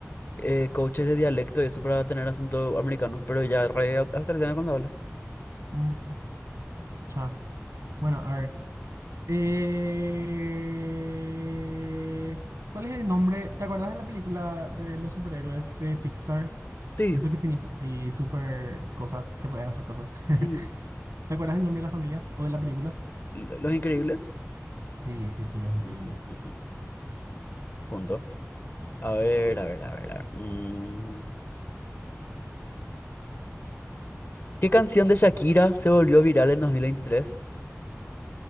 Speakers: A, on the left (about 45°); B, on the right (about 85°).
A: eh, coaches de dialecto y eso para tener acento americano, pero ya re au- australiano cuando habla.
B: Mm, chao. Bueno, a ver. Eh, ¿Cuál es el nombre? ¿Te acuerdas de la película de los superhéroes de Pixar?
A: Sí,
B: Y eso que tenían así super cosas, que podían hacer cosas. <laughs>
A: sí,
B: ¿Te acuerdas el nombre de la familia o de la película?
A: L- Los Increíbles.
B: Sí, sí, sí, Los Increíbles.
A: Ujú, ujú, Punto. A ver, a ver, a ver. a ver, mm. ¿Qué canción de Shakira se volvió viral en 2023?